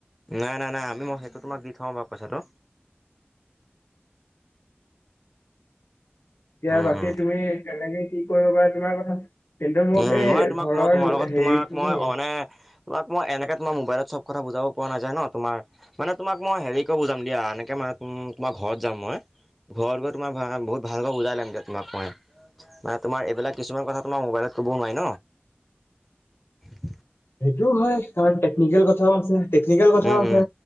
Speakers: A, in the centre; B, on the left.
A: নাই নাই নাই আমি মই সেইটো তোমাক দি থম বাও পইছাটো
B: এতিয়া
A: উম
B: বাকী
A: উম
B: তুমি কেনেকে কি কৰিব পাৰা তোমাৰ কথা কিন্তু মোক
A: উ
B: এই
A: মই তোমাক
B: ঘৰৰ
A: মই তোমাৰ লগত
B: হেৰি
A: তোমাক
B: খিনি
A: মই মানে তোমাক মই এনেকে তোমাৰ মোবাইলত চব কথা বুজাব পৰা নাযায় ন তোমাৰ মানে তোমাক মই হেৰি কৰি বুজাম দিয়া এনেকে মানে তোমাৰ ঘৰত যাম মই ঘৰত গৈ তোমাৰ বহুত ভালকৈ বুজাই লমগে তোমাক মই মানে তোমাৰ এইবিলাক কিছুমান কথা তোমাৰ মোবাইলত ক'বও নোৱাৰি ন
B: সেইটোও হয় কাৰণ টেকনিকেল কথাও আছে টেকনিকেল কথাও
A: উম-উম
B: আছে